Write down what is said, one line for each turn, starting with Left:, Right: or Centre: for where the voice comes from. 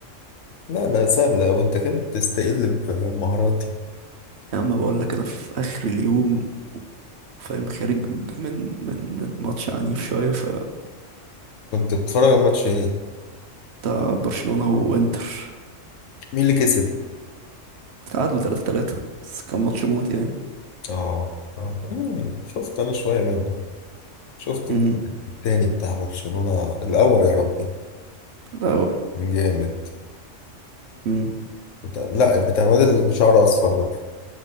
Left: لا لا سهلة وانت كده بتستقل بمهاراتي
Right: يا عم بقول لك انا في اخر اليوم فاهم خارج من من من ماتش عنيف شويه ف
Left: كنت بتتفرج على ماتش ايه
Right: بتاع برشلونه وانتر
Left: مين اللي كسب
Right: تعادلوا 3 3 بس كان ماتش موت يعني
Left: اه اه مم، شفت انا شوية منه شفت
Right: امم
Left: الجول التاني بتاع برشلونة الأول يا ربي
Right: لا هو-
Left: كان جامد
Right: امم
Left: بتاع... لا بتاع الواد اللي بشعره أصفر ده